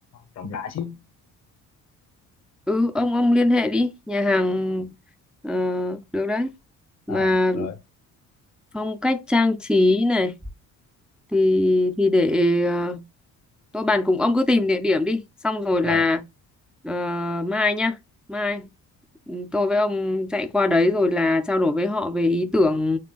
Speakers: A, on the left (about 55°); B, in the centre.
A: rộng rãi xíu
B: ừ ông ông liên hệ đi nhà hàng ờ, được đấy. Mà
A: à, rồi
B: phong cách trang trí này thì thì để ờ, tôi bàn cùng ông cứ tìm địa điểm đi, xong rồi
A: rồi
B: là ờ, mai nhá, mai ừ, tôi với ông chạy qua đấy rồi là trao đổi với họ về ý tưởng